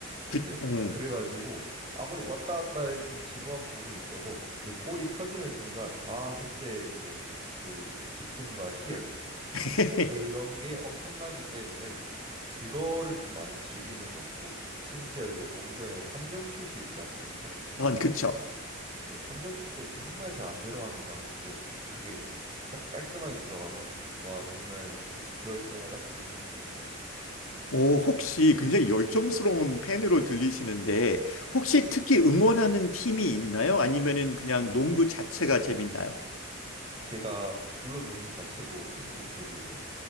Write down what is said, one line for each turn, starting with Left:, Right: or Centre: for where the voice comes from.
Left: 그,
Right: 네.
Left: 음.
Right: 그래가지고 아무리 왔다 갔다 해좀 지루한 부분이 있어도 이제 골이 터지는 순간 아, 그때 이제 그 기쁨과 희열
Left: <laughs>
Right: 그런 게 엄청나기 때문에 그거를 좀 많이 즐기는 것 같고 심지어 이제 농구에는 3점 슛이 있지 않습니까?
Left: 아, 그쵸.
Right: 네, 3점 슛도 정말 잘 안 들어가는 것 같은데 그게 스- 딱 깔끔하게 들어가면 와 정말 기, 그럴 때마다 기분이 너무 좋아집니다.
Left: 오 혹시 굉장히 열정스러운 팬으로 들리시는데, 혹시
Right: 네,
Left: 특히 응원하는 팀이 있나요? 아니면은 그냥 농구 자체가 재밌나요?
Right: 제가 물론 농구 자체도 충분히 즐기고요.